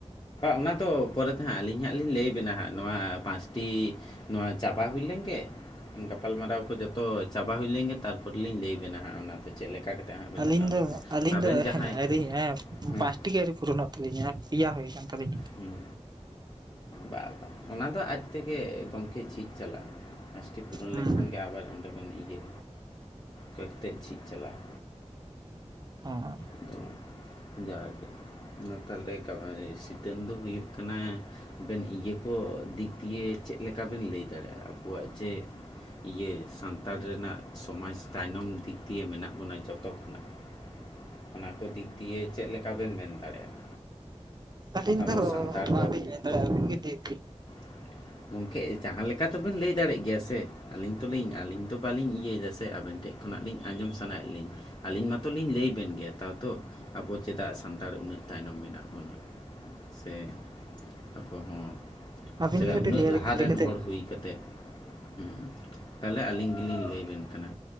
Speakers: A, on the left (about 40°); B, on the right (about 35°).
A: ᱚᱱᱟ ᱫᱚ ᱯᱚᱨᱮ ᱛᱮ ᱦᱟ ᱟᱹᱞᱤᱧ ᱦᱟᱸᱜ ᱞᱤᱧ ᱞᱟᱹᱭᱟᱵᱮᱱᱟ ᱦᱟᱸᱜ ᱱᱚᱣᱟ ᱯᱟᱸᱪᱴᱤ ᱱᱚᱣᱟ ᱪᱟᱵᱟ ᱦᱩᱭ ᱞᱮᱱ ᱜᱮ᱾ ᱜᱟᱯᱟᱞᱢᱟᱨᱟᱣ ᱠᱚ ᱡᱚᱛᱚ ᱪᱟᱵᱟ ᱦᱩᱭ ᱞᱮᱱ ᱜᱮ ᱛᱟᱨᱯᱚᱨ ᱞᱤᱧ ᱞᱟᱹᱭ ᱟᱵᱮᱱᱟ ᱦᱟᱸᱜ ᱚᱱᱟ ᱛᱚ ᱪᱮᱫ ᱞᱮᱠᱟ ᱠᱟᱛᱮᱫ ᱦᱟᱸᱜ ᱵᱮᱱ
B: ᱟᱹᱞᱤᱧ
A: ᱧᱮᱞᱞᱟᱢ
B: ᱫᱚ
A: <unintelligible>
B: ᱟᱹᱞᱤᱧ
A: ᱟᱵᱮᱱ
B: ᱫᱚ
A: ᱡᱟᱦᱟᱸᱭ
B: <unintelligible>
A: ᱦᱩᱸ
B: ᱯᱟᱸᱪᱴᱤ ᱜᱮ ᱟᱹᱣᱨᱤ ᱯᱩᱨᱚᱱᱚᱜ ᱛᱟᱹᱞᱤᱧᱟ᱾ ᱯᱮᱭᱟ ᱦᱩᱭ ᱟᱠᱟᱱ ᱛᱟᱹᱞᱤᱧᱟ᱾
A: ᱦᱩᱸ᱾ ᱵᱟ ᱵᱟ, ᱚᱱᱟ ᱫᱚ ᱟᱡ ᱛᱮᱜᱮ ᱜᱚᱝᱠᱮ ᱡᱷᱤᱡ ᱪᱟᱞᱟᱜ-ᱟ᱾ <unintelligible> ᱯᱩᱨᱚᱱ
B: ᱦᱩᱸ
A: ᱞᱮᱱ ᱠᱷᱟᱱ ᱜᱮ ᱟᱵᱟᱨ ᱚᱸᱰᱮ ᱵᱮᱱ ᱤᱭᱟᱹ ᱠᱟᱛᱮᱫ ᱡᱷᱤᱡ ᱪᱟᱞᱟᱜᱼᱟ,
B: <unintelligible>
A: ᱟᱫᱚ ᱡᱟᱜᱮ ᱚᱱᱟ ᱛᱟᱦᱟᱞᱮ <unintelligible> ᱥᱤᱛᱩᱝ ᱫᱚ ᱦᱩᱭᱩᱜ ᱠᱟᱱᱟ ᱟᱵᱮᱱ ᱤᱭᱟᱹ ᱠᱚ ᱫᱤᱠ ᱫᱤᱭᱮ ᱪᱮᱫ ᱞᱮᱠᱟ ᱵᱮᱱ ᱞᱟᱹᱭ ᱫᱟᱲᱮᱭᱟᱜᱼᱟ ᱟᱵᱚᱣᱟᱜ ᱡᱮ ᱤᱭᱟᱹ ᱥᱟᱱᱛᱟᱲ ᱨᱮᱱᱟᱜ ᱥᱚᱢᱟᱡᱽ ᱛᱟᱭᱱᱚᱢ ᱫᱤᱠ ᱫᱤᱭᱮ ᱢᱮᱱᱟᱜ ᱵᱚᱱᱟ ᱡᱚᱛᱚ ᱠᱷᱚᱱᱟᱜ ᱚᱱᱟ ᱠᱚ ᱫᱤᱠ ᱫᱤᱭᱮ ᱪᱮᱫ ᱞᱮᱠᱟᱵᱮᱱ ᱢᱮᱱ ᱫᱟᱲᱮᱭᱟᱜᱼᱟ?
B: ᱟᱹᱞᱤᱧ
A: ᱟᱵᱚ
B: ᱫᱚ
A: ᱥᱟᱱᱛᱟᱲ
B: ᱵᱟᱞᱤᱧ ᱢᱮᱱ ᱫᱟᱲᱮᱭᱟᱜᱼᱟ᱾ ᱟᱹᱵᱤᱱ ᱜᱮ <unintelligible>
A: <inaudible> ᱜᱚᱝᱠᱮ ᱡᱟᱦᱟᱸ ᱞᱮᱠᱟ ᱛᱚᱵᱮᱱ ᱞᱟᱹᱭ ᱫᱟᱲᱮᱭᱟᱜ ᱜᱮᱭᱟ ᱥᱮ᱾ ᱟᱹᱞᱤᱧ ᱛᱚᱞᱤᱧ ᱟᱹᱞᱤᱧ ᱛᱚ ᱵᱟᱹᱞᱤᱧ ᱤᱭᱟᱹᱭᱮ ᱥᱮ, ᱟᱵᱮᱱ ᱴᱷᱮᱡ ᱠᱷᱚᱱᱟᱜ ᱞᱤᱧ ᱟᱸᱡᱚᱢ ᱥᱟᱱᱟᱭᱮᱫ ᱞᱤᱧ ᱟᱹᱞᱤᱧ ᱢᱟᱛᱚ ᱞᱤᱧ ᱞᱟᱹᱭ ᱵᱤᱱ᱾ ᱱᱮᱛᱟᱨ ᱫᱚ ᱟᱵᱚ ᱪᱮᱫᱟᱜ ᱥᱟᱱᱛᱟᱲ ᱩᱱᱟᱹᱜ ᱛᱟᱭᱱᱚᱢ ᱢᱮᱱᱟᱜ ᱵᱚᱱᱟ? ᱥᱮ ᱟᱠᱚ ᱦᱚᱸ
B: ᱟᱹᱵᱤᱱ
A: ᱪᱮᱫᱟᱜ
B: ᱜᱮ
A: ᱩᱱᱟᱹᱜ
B: ᱞᱟᱹᱭ
A: ᱞᱟᱦᱟ
B: ᱵᱤᱱ ᱟᱹᱵᱤᱱ ᱜᱮ ᱠᱟᱹᱴᱤᱡ ᱞᱟᱹᱭ ᱞᱟᱹᱭ
A: ᱨᱮᱱ
B: ᱠᱟᱛᱮᱫ
A: ᱦᱚᱲ ᱦᱩᱭ ᱠᱟᱛᱮᱜ ᱦᱩᱸ ᱦᱩᱸᱼᱼ ᱛᱟᱦᱚᱞᱮ ᱟᱹᱞᱤᱧ ᱜᱮᱞᱤᱧ ᱞᱟᱹᱭ ᱵᱮᱱ ᱠᱟᱱᱟ